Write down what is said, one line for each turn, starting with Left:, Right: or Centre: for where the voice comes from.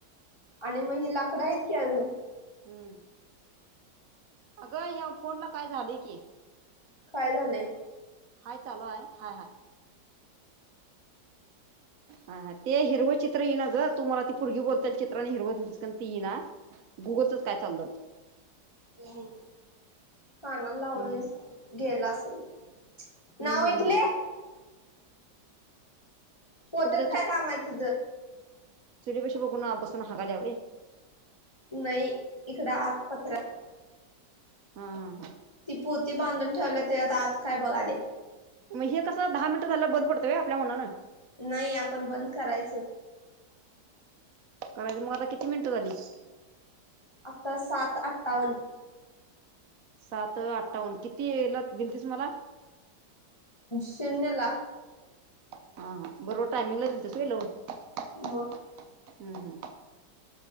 Left: आणि मग हि लाकडा आहेत की अजून
Right: हम्म अगं ह्या फोनला काय झाले की
Left: काय झालंय
Right: हय चालो आहेय हय हय हा ते हिरवं चित्र येईना ग तुमला ती पुरगी बोलता येल चित्र आणि हिरव दिस ती येई ना गुगलच काय चालू
Left: होम हा ना लावूनली
Right: हम्म.
Left: गेला असेल त
Right: हम्म
Left: नाव इऐकले
Right: हम्म हम्म
Left: पोतच
Right: कुठे
Left: काय कामा आहे तुझ
Right: चुरीपेशी बघून बसून हालाववेय
Left: नाही इकडं आतपत्र
Right: हा हा हा
Left: ती पोर्ती बांधून ठेवलं ते आत काय बघाले.
Right: मग हे कसं दहा मिनटं झालं बद पडतंय आपल्या मनां.
Left: नाही आपण बंद करायचं
Right: करायचं मग आता किती मिनिटं झालीस.
Left: आता सात अठ्ठावन्न
Right: सात अठ्ठावन्न कितीला दिलतीस मला
Left: शेन्यला
Right: हा हा बरोबर टायमिंगला दिल तसई लावून
Left: मग
Right: हम्म हम्